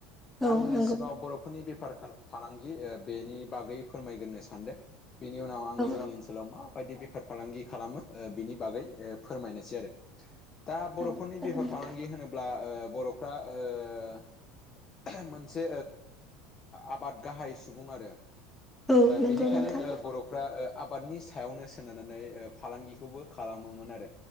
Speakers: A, on the left; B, in the centre.
A: दा
B: औ
A: आङो
B: नंगौ
A: सिगाङाव बर'फोरनि बेफार फालांगि बेनि बागै फोरमायग्रोनो सानदों बेनि उनाव आं
B: औ
A: जोंनि ओनसोलाव मा बायदि बेफार फालांगि खालामो बिनि बागै ओ फोरमायनोसै आरो। दा बर'फोरनि
B: औ जागोन
A: बेफार
B: नोंथां
A: फालांगि होनोब्ला ब्ला ओ बर'फ्रा ओ मोनसे आबाद गाहाय सुबुं आरो
B: औ नंगौ
A: बेनिखायनो
B: नोंथां
A: बर' फ्रा आबादनि सायावनो सोनारनानै फालांगिखौबो खालामोमोन आरो